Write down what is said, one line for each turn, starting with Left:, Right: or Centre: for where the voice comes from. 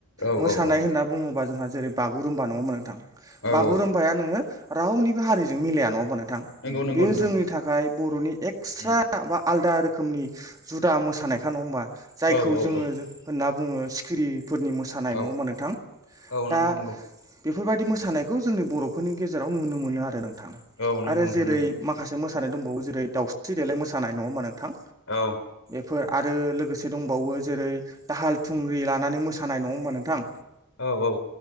Left: औ
Right: मोसानाय
Left: औ औ
Right: होनना बुङोबा जोंहा जेरै- बागुरुम्बा नङा होनबा नोंथां।
Left: औ
Right: बागुरुम्बाया
Left: औ
Right: नोङो रावनिबो हारिजों मिलाया नङा होनबा नोथां
Left: नंगौ नंगौ
Right: बेयो
Left: नोंथां
Right: जोंनि थाखाय बर' बर'नि एक्सट्रा
Left: उम
Right: बा आलदा रोखोमनि जुदा मोसानायखा नङा होमबा। जायखौ
Left: औ औ
Right: जोङो
Left: औ
Right: होनना बुङो सिखिरि फोरनि मोसानाय नङा
Left: औ
Right: होनबा नोंथां?
Left: औ
Right: दा
Left: नंगौ नंगौ
Right: बेफोरबायदि मोसानायखौ जोंनि बर'फोरनि गेजेराव नुनो मोनो आरो नोंथां
Left: औ नंगौ
Right: आरो
Left: नोंथां
Right: जेरै-
Left: नंगौ
Right: माखासे मोसानाय मोसानाय दंबावो जेरै दावस्रि देलाइ मोसिनाय नङा‌ होमबा नोंथां?
Left: औ।
Right: फोर आरो लोगोसे दंबावो। जेरै। दाहाल थुंग्रि लानानै मोसानाय नङा होमबा नोंथां?
Left: औ औ।